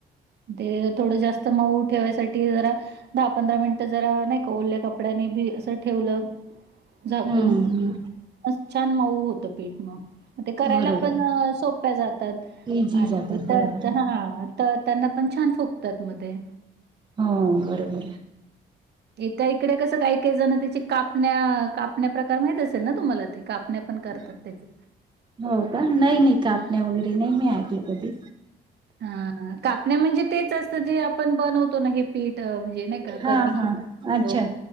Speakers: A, on the right (about 55°); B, on the right (about 25°).
A: ते थोडं जास्त मऊ ठेवायसाठी जरा दहा पंधरा मिनिट जरा नाही का ओल्या कपड्यांनी बी असं ठेवलं झाकून
B: हम्म हम्म
A: अस छान माऊ होतं पीठ म. ते करायला
B: बरोबर
A: पण सोप्या जातात
B: इझी
A: आणि
B: जातात
A: त्यात
B: बरोबर आहे
A: हा. तर त्यांना पण छान फुकतात म ते.
B: हो बरोबर.
A: इथं इकडे कसं काही काय जण त्याची कापण्या, कापण्या प्रकार माहित असेल ना तुम्हाला ते. कापण्या पण
B: <inaudible>
A: करतात त्याचे.
B: हो का? नाही नाही कापण्या वगैरे नाही मी ऐकल कधी.
A: हा हा कापण्या म्हणजे तेच असतं जे आपण बनवतो ना हे. पीठ अ म्हणजे नाही का
B: हा
A: कनिक
B: हा
A: भिजवतो
B: अच्छा